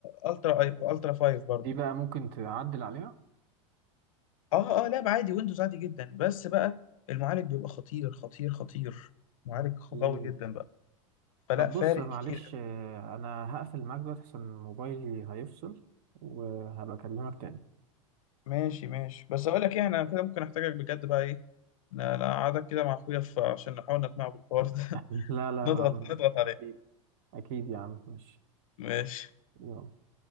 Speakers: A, on the left (about 85°); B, on the right (about 55°).
A: الترا اي الترا 5 برضه
B: دي بقى ممكن تعدل عليها
A: اه اه لعبة عادي ويندوز عادي جدا بس بقى المعالج بيبقى خطير خطير خطير معالج
B: اوكي
A: قوي جدا بقى فلا
B: طب
A: فارق
B: بص معلش
A: كتير قوي
B: آه، انا هقفل معاك دلوقتي عشان موبايلي هيفصل وهبقى اكلمك تاني
A: ماشي ماشي بس اقول لك ايه انا كده ممكن احتاجك بجد بقى ايه لا لا اقعدك كده مع اخويا ف- عشان نحاول نقنعه بالحوار ده
B: <laughs>
A: <laughs>
B: لا لا يا
A: نضغط
B: عم،
A: نضغط عليه
B: اكيد اكيد يا عم ماشي
A: ماشي
B: يلا